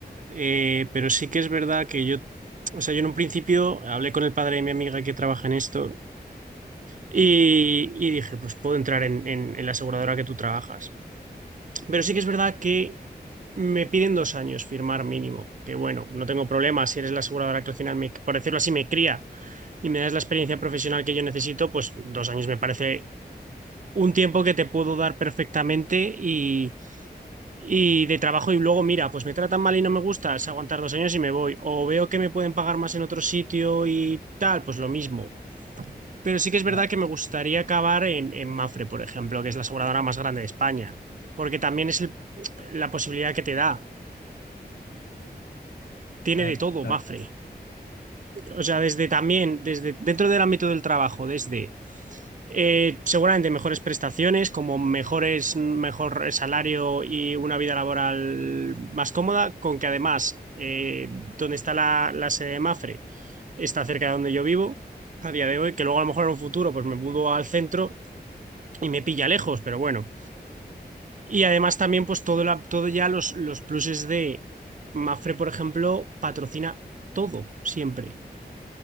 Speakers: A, on the right (about 50°); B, on the left (about 65°).
A: eh, pero sí que es verdad que yo, o sea, yo en un principio hablé con el padre de mi amiga que trabaja en esto y, y dije, pues puedo entrar en, en en la aseguradora que tú trabajas. Pero sí que es verdad que Me piden dos años firmar mínimo, que bueno, no tengo problema si eres la aseguradora que al final, me, por decirlo así, me cría y me das la experiencia profesional que yo necesito, pues dos años me parece un tiempo que te puedo dar perfectamente y, y de trabajo y luego, mira, pues me tratan mal y no me gusta, es aguantar dos años y me voy, o veo que me pueden pagar más en otro sitio y tal, pues lo mismo. Pero sí que es verdad
B: Claro,
A: que me gustaría acabar en, en Mafre, por ejemplo, que es la aseguradora más grande de España, porque también es el- la posibilidad que te da, tiene
B: claro,
A: de todo
B: claro.
A: Mafre. o sea, desde también, desde dentro del ámbito del trabajo, desde eh, seguramente mejores prestaciones, como mejores, mejor salario y una vida laboral más cómoda, con que además eh, donde está la, la sede de Mafre está cerca de donde yo vivo a día de hoy, que luego a lo mejor en un futuro pues me mudo al centro y me pilla lejos, pero bueno. Y además también pues todo, la, todo ya los, los pluses de Mafre, por ejemplo, patrocina todo siempre.